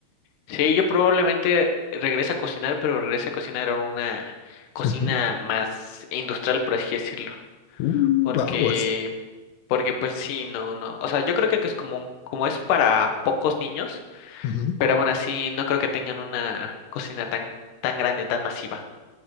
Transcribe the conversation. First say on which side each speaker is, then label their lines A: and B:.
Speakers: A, on the left; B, on the left.
A: Sí, yo probablemente regrese a cocinar, pero regrese a cocinar en una cocina
B: Ujú.
A: más industrial, por así decirlo,
B: Uh,
A: porque
B: aguas.
A: porque pues sí, no, no, o sea, yo creo que que es como como es para pocos niños,
B: Ujú.
A: pero aún así no creo que tengan una cocina tan tan grande, tan masiva.